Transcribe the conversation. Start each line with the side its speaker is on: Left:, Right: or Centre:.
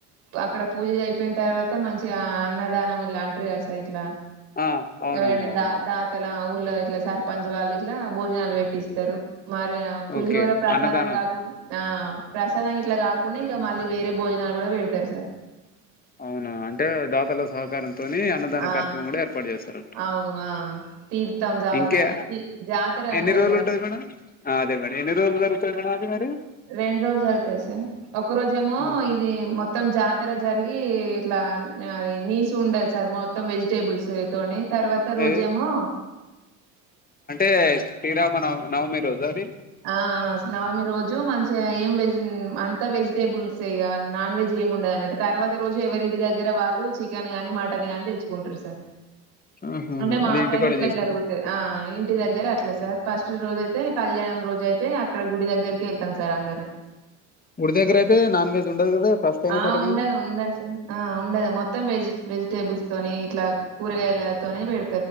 Right: అక్కడ పూజ అయిపోయిన తర్వాత మంచి అన్నదానం ఇలా అంటారు కద సార్ ఇట్లా
Left: ఆ అవునవునవును
Right: ఎవరైనా దా దాతల ఊరు ఇలా సర్పంచ్ వాళ్ళు ఇట్లా భోజనాలు పెట్టిస్తారు మరి పులిహోర
Left: ఓకే
Right: ప్ర
Left: అన్నదానం
Right: సాదం కాకుండా ఆ ప్రసాదానికి ఇట్లా కాకుండా ఇంకా మళ్ళీ వేరే భోజనాలు కూడా పెడతారు సార్
Left: అవునా అంటే దాతల సహకారం తోని అన్నదాన
Right: ఆ
Left: కార్యక్రమం కూడా ఏర్పాటు చేస్తారంటారు
Right: అవును ఆ తీర్థం జాగుతది
Left: ఇంకే
Right: అంటే తీ- జాతర
Left: ఎన్ని
Right: అంటారు
Left: రోజులు
Right: కదా
Left: ఉంటాయి మేడం. అదే మరి ఎన్ని రోజులు జరుగుతాది మేడం మరి అది
Right: రెండు రోజులు జరుగుతాయి సార్ ఒక రోజేమో
Left: ఉమ్.
Right: ఇది మొత్తం జాతి జాతర జరిగి ఇట్లా అది నీసు ఉండదు సార్ మొత్తం వెజిటేబుల్స్ తోని తర్వాత రోజేమో
Left: ఏది అంటే శ్రీరామనవ నవమి రోజు అది
Right: ఆ నవమి రోజు మంచిగా ఏం వెజ్ అంతా వెజిటేబుల్సే ఇగ నాన్ వెజ్ ఏమి ఉండదన్నట్టు తర్వాత రోజు ఎవరింటి దగ్గర వాళ్ళు చికెన్ గా మటన్ గానీ తెచ్చుకుంటారు సార్
Left: ఆహా,
Right: అంటే మా
Left: అది ఇంటికాడ
Right: సైడ్ ఇట్లా
Left: చేసుకుంటాం
Right: జరుగుతది ఆ ఇంటి దగ్గర అట్లా సార్ రోజ అయితే కళ్యాణం రోజ అయితే అక్కడ గుడి దగ్గరకి వెళ్తాం సార్ అందరం
Left: గుడి దగ్గర అయితే నాన్ వెజ్ ఉండదు కదా ఫస్ట్ అయినా
Right: ఆ
Left: సెకండ్
Right: ఉండదు
Left: అయినా
Right: ఉండదు సార్ ఆ ఉండదు మొత్తం వెజి వెజిటేబుల్స్ తోని ఇట్లా కూరగాయలతోనే పెడుత